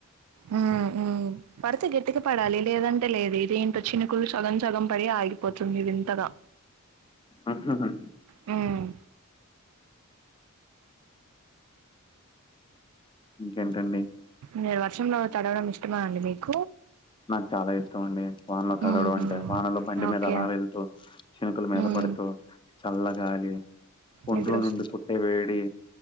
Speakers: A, on the right; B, on the left.
A: హ్మ్ హ్మ్ పడితే గట్టిగా పడాలి లేదంటే లేదు ఇది ఏంటో చినుకులు సగం సగం పడి ఆగిపోతుంది వింతగా
B: అటు సైడా
A: హ్మ్
B: ఇంకేంటండి
A: మీరు వర్షంలో తడవడం ఇష్టమా అండి మీకు
B: నాకు చాలా ఇష్టం అండి వానలో తడవడం
A: ఊహూ
B: అంటే వానలో బండి
A: ఓకే
B: మీద అలా వెళ్తూ చినుకులు మీద
A: మ్మ్
B: పడుతూ చల్లగాలి ఒంట్లో
A: నిద్ర
B: నుండి పుట్టే వేడి